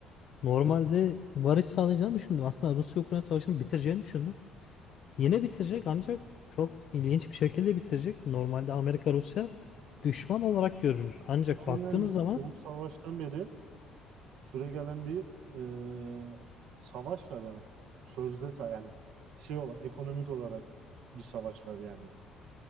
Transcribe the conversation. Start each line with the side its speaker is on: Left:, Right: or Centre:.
Left: Normalde varış sağlayacağını düşündüm. Aslında Rusya-Ukrayna savaşını bitireceğini düşündüm. Yine bitirecek ancak çok ilginç bir şekilde bitirecek. Normalde Amerika-Rusya düşman olarak görünür. Ancak baktığınız
Right: Yani
Left: zaman
Right: Soğuk Savaş'tan beri süregelen bir e, savaş var yani. Sözde sa- yani şey olarak ekonomik olarak bir savaş var yani.